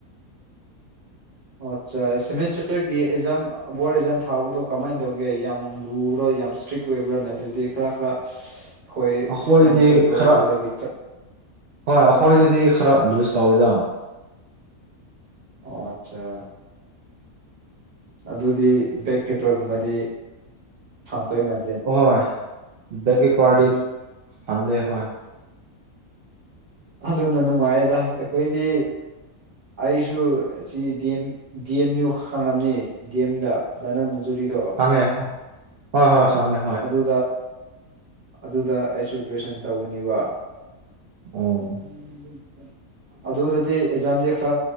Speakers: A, on the right; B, on the right.
A: <inaudible>
B: ꯑꯣ ꯑꯠꯆꯥ ꯁꯦꯃꯤꯁꯇꯔꯒꯤ ꯑꯦꯛꯖꯥꯝ ꯕꯣꯔꯗ ꯑꯦꯛꯖꯥꯝ ꯊꯥꯕꯗꯣ ꯀꯃꯥꯏꯅ ꯇꯧꯒꯦ ꯌꯥꯝ ꯂꯨꯔꯣꯏ ꯌꯥꯝ ꯏꯁꯇ꯭ꯔꯤꯛ ꯀꯣꯏꯕ꯭ꯔꯥ ꯅꯠꯇ꯭ꯗꯤ ꯈꯔ ꯈꯔ
A: <unintelligible>
B: ꯍꯣꯏ
A: ꯑꯩꯈꯣꯏꯗꯗꯤ
B: ꯐ꯭ꯔꯦꯟ ꯁꯔꯀꯜ
A: ꯈꯔ
B: ꯑꯗꯨꯗꯒꯤ
A: ꯍꯣꯏ ꯑꯩꯈꯣꯏꯗꯗꯤ ꯈꯔ ꯂꯨꯖ ꯇꯧꯋꯦꯗ
B: ꯑꯣ ꯑꯆꯥ꯫ ꯑꯗꯨꯗꯤ ꯕꯦꯛ ꯄꯦꯄꯔꯒꯨꯝꯕꯗꯤ ꯍꯥꯡꯇꯣꯏꯃꯟ
A: ꯍꯣꯏ ꯕꯦꯛ ꯄꯦꯑꯥꯔꯗꯤ ꯐꯪꯗꯦ ꯍꫭꯏ꯫
B: ꯑꯗꯨꯅ ꯅꯨꯡꯉꯥꯏꯗ ꯑꯩꯈꯣꯏꯗꯤ ꯑꯩꯁꯨ ꯑꯁꯤ D M D M U ꯈꯪꯂꯝꯅꯤ ꯗꯤꯑꯦꯝꯗꯥ ꯗꯥꯅꯟꯅꯖꯨꯔꯤꯗꯣ꯫
A: ꯈꯪꯉꯦꯍꫭ ꯍꯣꯏ-ꯍꯣꯏ ꯈꯪꯉꯦ꯫
B: ꯑꯗꯨꯗ ꯑꯗꯨꯗ ꯑꯩꯁꯨ ꯒ꯭ꯔꯦꯁꯟ ꯇꯧꯒꯅꯤꯕ꯫
A: ꯎꯝ
B: <inaudible> ꯑꯗꯨꯗꯗꯤ ꯑꯦꯛꯖꯥꯝꯁꯦ ꯈꯔ